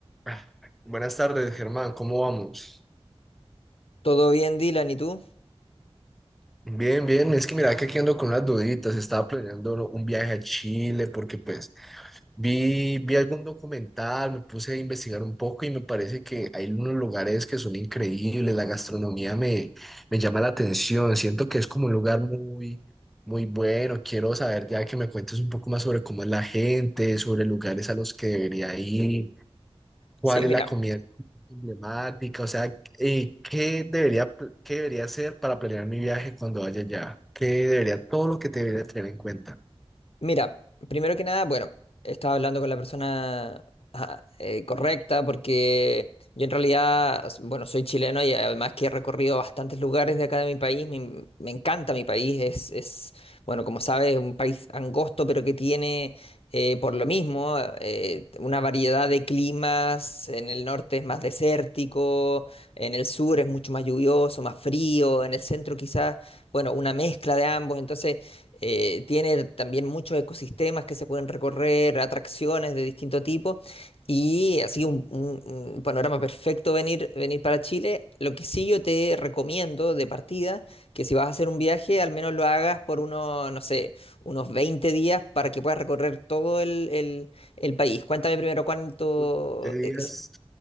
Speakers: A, in the centre; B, on the left.
A: Ah, Buenas tardes, Germán, ¿cómo vamos?
B: ¿Todo bien, Dylan? ¿Y tú?
A: Bien, bien, es que mira que aquí ando con unas duditas, estaba planeando un viaje a Chile porque pues vi, vi algún documental, me puse a investigar un poco y me parece que hay unos lugares que son increíbles, la gastronomía me, me llama la atención, siento que es como un lugar muy, muy bueno, quiero saber ya que me cuentes un poco más sobre cómo es la gente, sobre lugares a los que debería ir cuál
B: Sí,
A: es
B: mira,
A: la comida emblemática, o sea, eh, qué debería, pl- qué debería hacer para planear mi viaje cuando vaya allá, qué debería, todo lo que te debería tener en cuenta.
B: Mira, primero que nada, bueno, estaba hablando con la persona ajá, eh, correcta porque yo en realidad, s- bueno, soy chileno y además que he recorrido bastantes lugares de acá de mi país, me, me encanta mi país, es, es, bueno, como sabes, un país angosto pero que tiene eh, por lo mismo eh, una variedad de climas, en el norte es más desértico, en el sur es mucho más lluvioso, más frío, en el centro quizás, bueno, una mezcla de ambos, entonces eh, tiene también muchos ecosistemas que se pueden recorrer, atracciones de distinto tipo, y así un, un- un panorama perfecto venir, venir para Chile. Lo que sí yo te recomiendo de partida, que si vas a hacer un viaje, al menos lo hagas por unos, no sé, unos veinte días para que puedas recorrer todo el, el- el país. Cuéntame primero cuánto...
A: Uy, 20 días,
B: es-